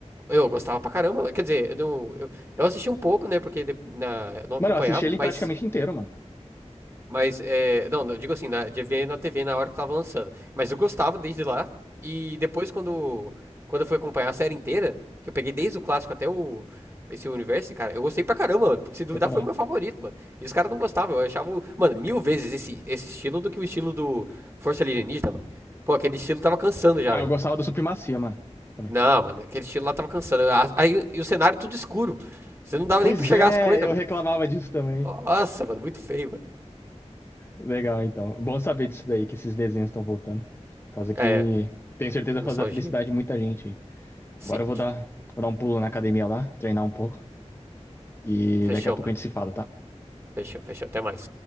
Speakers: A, on the right; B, on the left.
A: Eu gostava pra caramba. Quer dizer, eu, não- eu, eu assisti um pouco, né? Porque de- na, eu não acompanhava,
B: Mano, eu assisti ele
A: mas.
B: praticamente inteiro, mano.
A: Mas, é, não, eu digo assim, na, de ver na TV na hora que tava lançando. Mas eu gostava desde lá. E depois, quando, quando eu fui acompanhar a série inteira, que eu peguei desde o clássico até o, esse universo, cara, eu gostei pra caramba, mano. Se duvidar,
B: Eu também.
A: foi o meu favorito, mano. E os caras não gostavam. Eu achava, o- mano, mil vezes esse, esse estilo do que o estilo do Força Alienígena, mano. Pô, aquele estilo tava cansando já,
B: Ah,
A: velho.
B: eu gostava do Supremacia, mano. Também.
A: Não, mano, aquele estilo lá tava cansando. A- Aí, e o cenário tudo escuro. Você não dava
B: Pois
A: nem pra chegar
B: é,
A: as coisas,
B: eu
A: mano.
B: reclamava disso também.
A: Nossa, mano, muito feio, mano.
B: Legal, então. Bom saber disso daí, que esses desenhos estão voltando. Por causa
A: É,
B: que tenho certeza
A: nostalgia.
B: vai fazer a felicidade de muita gente aí.
A: Sim.
B: Agora eu vou dar, vou dar um pulo na academia lá, treinar um pouco. E
A: Fechou,
B: daqui a pouco
A: mano.
B: a gente se fala, tá?
A: Fechou, fechou. Até mais.